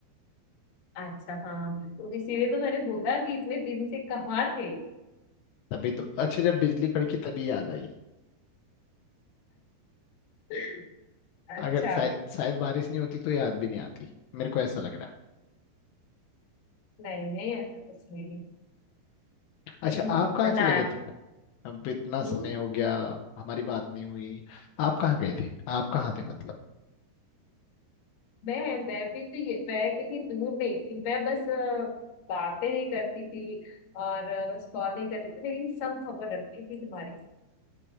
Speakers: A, on the left (about 60°); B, on the left (about 80°).
A: अच्छा हाँ तो इसीलिए तो मैंने बोला कि इतने दिन से कहाँ थे
B: तभी तो अच्छा जब बिजली कड़की तभी याद आई
A: <laughs> अच्छा
B: अगर शायद शायद बारिश नहीं होती तो याद भी नहीं आती मेरे को ऐसा लग रहा है
A: नहीं नहीं ऐसा कुछ नहीं
B: अच्छा
A: हम्म,
B: आप कहाँ
A: पता
B: चले
A: है
B: गए थे अब इतना
A: हम्म
B: समय हो गया हमारी बात नहीं हुई आप कहाँ गए थे आप कहाँ थे मतलब
A: मैं मैं भी तो ये मैं कहीं दूर नहीं थी मैं बस अ, बातें नहीं करती थी और अ, बस कॉल नहीं करती थी लेकिन सब खबर रखती थी तुम्हारी